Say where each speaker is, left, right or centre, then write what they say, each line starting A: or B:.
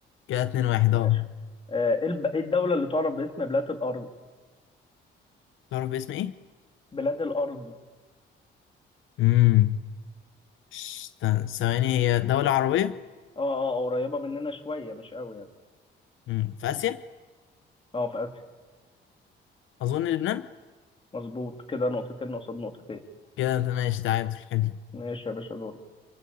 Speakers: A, on the left; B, on the left.
A: كده اتنين واحد
B: ماشي
A: اه
B: آه، ايه الب- إيه الدولة اللي تعرف باسم بلاد الأرض
A: تعرف باسم ايه
B: بلاد الأرض
A: امم ش- ت- ثواني هي دولة عربية
B: اه اه آه، قريبة مننا شوية مش قوي يعني
A: مم. في آسيا
B: اه في آسيا
A: أظن لبنان
B: مظبوط كده نقطتين قصاد نقطتين
A: كده أنت ماشي تعادل حلو
B: ماشي يا باشا دور